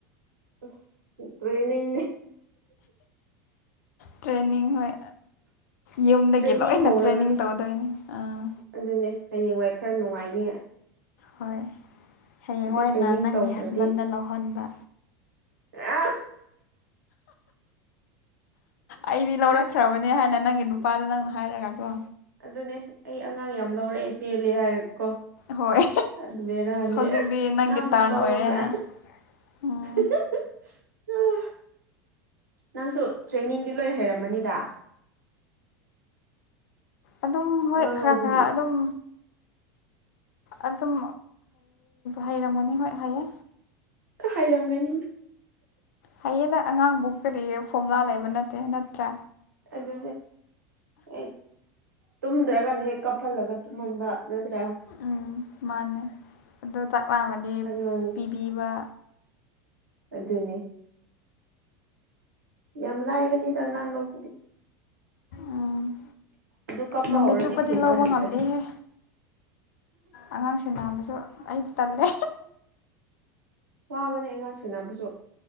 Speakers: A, on the right; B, on the left.
A: ꯑꯋ ꯇ꯭ꯔꯦꯅꯤꯡꯅꯤ
B: ꯇ꯭ꯔꯦꯅꯤꯡ ꯍꯣꯏ ꯌꯨꯝꯗꯒꯤ
A: ꯇ꯭ꯔꯦꯅꯤꯡ
B: ꯂꯣꯏꯅ
A: ꯍꯧꯔꯕꯅꯦ
B: ꯇ꯭ꯔꯦꯟꯅꯤꯡ ꯇꯧꯗꯣꯏꯅꯤ ꯑꯥ
A: ꯑꯗꯨꯅꯦ ꯍꯌꯦꯡꯋꯥꯏ ꯈꯔ ꯅꯨꯡꯉꯥꯏꯅꯤ
B: ꯍꯣꯏ ꯍꯌꯦꯡꯋꯥꯏ
A: ꯁꯤꯗ
B: ꯑꯣꯏꯅ
A: ꯇ꯭ꯔꯦꯅꯤꯡ
B: ꯅꯪꯒꯤ
A: ꯇꯧꯗ꯭ꯔꯗꯤ
B: ꯍꯁꯕꯦꯟꯗ ꯂꯧꯍꯟꯕ
A: ꯑ
B: ꯑꯩꯗꯤ ꯂꯧꯔꯛꯈ꯭ꯔꯕꯅꯦ
A: ꯑꯁ
B: ꯍꯥꯏꯅ ꯅꯪꯒꯤ ꯅꯨꯄꯥꯗꯣ ꯅꯪꯅ ꯍꯥꯏꯔꯒ ꯀꯣ
A: ꯑꯗꯨꯅꯦ ꯑꯩ ꯑꯉꯥꯡ ꯌꯥꯝ ꯂꯧꯔꯛꯑꯦ ꯄꯦꯜꯂꯦ ꯍꯥꯏꯔꯒ ꯀꯣ
B: ꯍꯣꯏ
A: ꯑꯗꯨꯔꯅꯤ
B: ꯍꯧꯖꯤꯛꯇꯤ ꯅꯪꯒꯤ
A: ꯅ ꯑꯃꯨꯛ
B: ꯇꯔꯟ
A: ꯂꯧꯔꯣꯒ
B: ꯑꯣꯏꯔꯦꯅ ꯎꯝ
A: <unintelligible> ꯅꯪꯁꯨ ꯇ꯭ꯔꯦꯅꯤꯡꯗꯤ ꯂꯣꯏꯅ ꯍꯩꯔꯝꯃꯅꯤꯗ
B: ꯑꯗꯨꯝ ꯍꯣꯏ
A: ꯑꯉꯥꯡ
B: ꯈꯔ
A: ꯂꯧꯕꯒꯤ
B: ꯈꯔ ꯑꯗꯨꯝ ꯑꯗꯨꯝ ꯍꯩꯔꯝꯃꯅꯤ ꯍꯣꯏ ꯍꯥꯏꯌꯦ
A: ꯍꯥꯏꯔꯝꯒꯅꯤ
B: ꯍꯌꯦꯡꯗ ꯑꯉꯥꯡꯕꯨ ꯀꯔꯤ ꯐꯣꯔꯃꯨꯂꯥ ꯂꯩꯕ ꯅꯠꯇꯦ ꯅꯠꯇ꯭ꯔꯥ
A: ꯑꯗꯨ ꯍꯦꯛ ꯇꯨꯝꯗ꯭ꯔꯒꯗꯤ ꯍꯦꯛ ꯀꯞꯍꯜꯂꯒ ꯇꯨꯝꯍꯟꯕ ꯅꯠꯇ꯭ꯔꯥ
B: ꯎꯝ ꯃꯥꯅꯦ ꯑꯗꯨ ꯆꯥꯛ ꯂꯥꯝꯃꯗꯤ
A: ꯑꯉꯥꯡ
B: ꯄꯤꯕꯤꯕ
A: ꯑꯗꯨꯅꯤ ꯌꯥꯝ ꯂꯥꯏꯕꯅꯤꯗ ꯑꯉꯥꯡ ꯂꯕꯨꯗꯤ
B: ꯎꯝ
A: ꯑꯗꯨ ꯀꯞꯄ
B: ꯅꯨꯃꯤꯠ
A: ꯍꯧꯔꯗꯤ
B: ꯆꯨꯞꯄꯗꯤ
A: ꯊꯦꯝꯕ
B: ꯂꯧꯕ
A: ꯍꯩꯇ꯭ꯔꯦ
B: ꯉꯝꯗꯦꯍꯦ ꯑꯉꯥꯡꯁꯤꯡ ꯅꯥꯕꯁꯨ ꯑꯩ ꯇꯜꯂꯦ
A: ꯋꯥꯕꯅꯤ ꯑꯉꯥꯡ ꯁꯦꯅꯕꯁꯨ